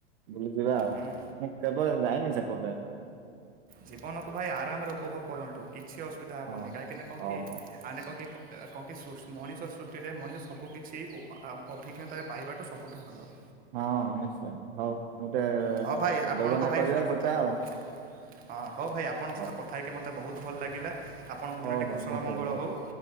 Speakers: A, on the right (about 55°); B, on the right (about 25°).
A: ବୁଲି ଯିବା ଆଉ।
B: ହୁଁ
A: ମୁଁ କେବେ ଯାଇନି ସେପଟେ।
B: ଜୀବନକୁ ଭାଇ ଆରାମରେ ଉପଭୋଗ କରନ୍ତୁ କିଛି ଅସୁବିଧା ହେବନି।
A: ହଁ
B: କାହିଁକିନା କଣ
A: ହଉ
B: କି
A: ହଉ
B: ଆମେ କଣ କି କଣ କି ମଣିଷ ସୃଷ୍ଟିରେ ମଣିଷ ସବୁକିଛି ଅଭିଜ୍ଞତାରେ ପାଇବା ତ ସବୁଠୁ ଭଲ।
A: ହଁଁ ନିଶ୍ଚୟ, ହଉ। ଗୋଟେ
B: ହଁ ଭାଇ ଆପଣଙ୍କ
A: ଯୋଜନା
B: ଭାଇଙ୍କ
A: କରିବା
B: ସହିତ କଥା
A: ଯିବା
B: ହେଇକ
A: ଆଉ
B: ହଁ ହଁ ଭାଇ ଆପଣଙ୍କ
A: ହଉ
B: ସହିତ କଥା ହେଇକି ମୋତେ ବହୁତ ଭଲ ଲାଗିଲା। ଆପଣଙ୍କ
A: ହଉ
B: ଦିନ ଟିକେ
A: ହଉ
B: କୁଶଳ
A: ମତେ
B: ମଙ୍ଗଳ
A: ବହୁତ
B: ହେଉ